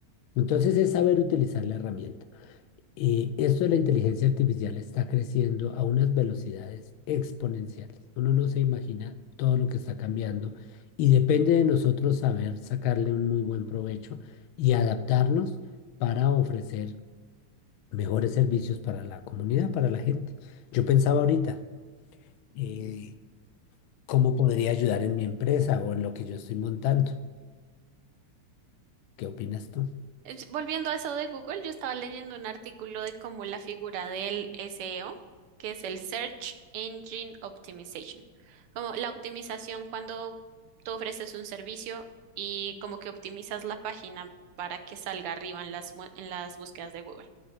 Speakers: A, on the left (about 75°); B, on the right (about 85°).
A: Entonces es saber utilizar la herramienta. Y esto de la inteligencia artificial está creciendo a unas velocidades exponenciales. Uno no se imagina todo lo que está cambiando y depende de nosotros saber sacarle un muy buen provecho y adaptarnos para ofrecer mejores servicios para la comunidad, para la gente. Yo pensaba ahorita, eh, ¿cómo podría ayudar en mi empresa o en lo que yo estoy montando? ¿Qué opinas tú?
B: Es- Volviendo a eso de Google, yo estaba leyendo un artículo de cómo la figura del SEO, que es el Search Engine Optimization, como la optimización cuando tú ofreces un servicio y como que optimizas la página para que salga arriba en las, mu- en las búsquedas de Google.